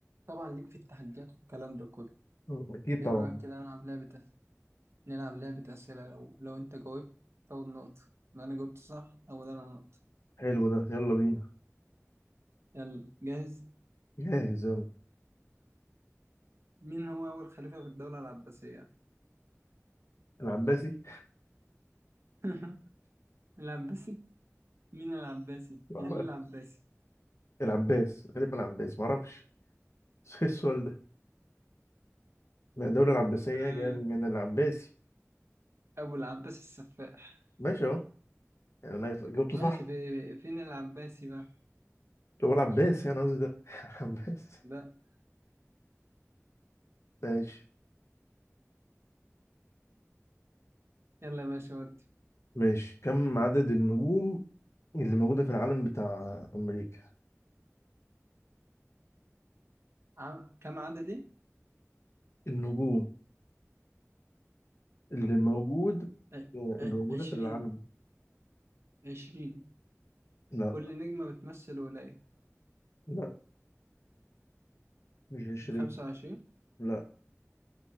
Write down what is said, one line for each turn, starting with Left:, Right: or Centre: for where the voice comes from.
Right: طبعا ليك في التحديات والكلام ده كله
Left: مم. أكيد
Right: ايه
Left: طبعا
Right: رأيك كده نلعب لعبة نلعب لعبة أسئلة لو لو انت جاوبت تاخد نقطة لو انا جاوبت صح اول انا نقطة
Left: حلو ده يلا بينا
Right: يلا جاهز
Left: جاهز يلا
Right: مين هو أول خليفة في الدولة العباسية
Left: العباسي
Right: <laughs> العباسي مين العباسي
Left: معرف-
Right: يعني ايه العباسي
Left: العباس غالبا العباس معرفش <laughs> إيه السؤال ده ما الدولة العباسية
Right: آه،
Left: جاية من العباسي
Right: أبو العباس السفاح
Left: ماشي أهو يعني أنا جاوبته
Right: ماشي
Left: صح
Right: في فين العباسي بقى
Left: هو العباس يعني قصدي ده <laughs> العباس
Right: ده
Left: ماشي
Right: يلا يا باشا ودي
Left: ماشي كم عدد النجوم اللي موجودة في العالم بتاع أمريكا
Right: ع- كم عددي
Left: النجوم اللي موجود
Right: ع-
Left: اللي
Right: ع-
Left: موجودة
Right: عشرين
Left: في العالم
Right: عشرين
Left: لا
Right: كل نجمة بتمثل ولاية
Left: لا مش عشرين
Right: خمسة وعشرين
Left: لا